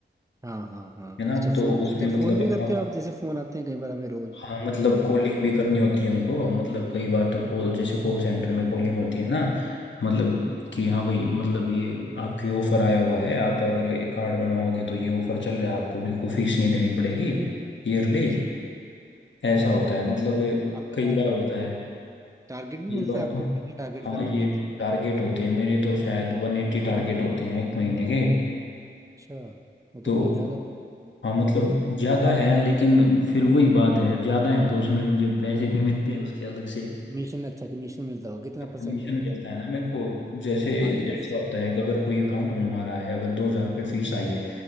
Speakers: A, on the right; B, on the left.
A: हाँ हाँ हाँ
B: ना
A: अच्छा फ़ोन
B: तो उसमें
A: करते हो फ़ोन
B: मतलब
A: भी करते
B: आप
A: हो आप जैसे फ़ोन आते हैं कई बार हमें रोज़
B: हाँ मतलब
A: सारा
B: कॉलिंग भी करनी होती है हमको मतलब कई बार तो कॉल जैसे कॉल सेंटर में कॉलिंग होती है ना मतलब कि हाँ भाई मतलब ये आपके ऑफर आया हुआ है आप अगर ये कार्ड बनवाओगे तो ये ऑफर चल रहा है आपको बिल्कुल फीस नहीं देनी पड़ेगी ईयरली
A: अच्छा
B: ऐसा होता है मतलब
A: आपका
B: कई
A: टारगेट
B: बार होता है
A: टारगेट भी मिलता
B: एक बार
A: है आपको
B: तो
A: कितनी टारगेट
B: हाँ
A: करना
B: ये
A: है महीने
B: टारगेट होते हैं मेरे तो शायद वन एट्टी टारगेट होते हैं एक महीने के
A: अच्छा वो तो
B: तो
A: बहुत ज़्यादा
B: हाँ मतलब ज़्यादा है लेकिन फिर वही बात है ज़्यादा है तो उसमें मुझे पैसे भी मिलते हैं उसके अलग से
A: कमीशन अच्छा कमीशन मिलता होगा कितना
B: कमीशन
A: परसेंट मिलता
B: मिलता
A: है
B: है ना मेरे को जैसे
A: पाँच
B: ऐसा
A: दस
B: होता है कि अगर कोई अकाउंट बनवा रहा है अगर दो हज़ार रुपये फीस आई है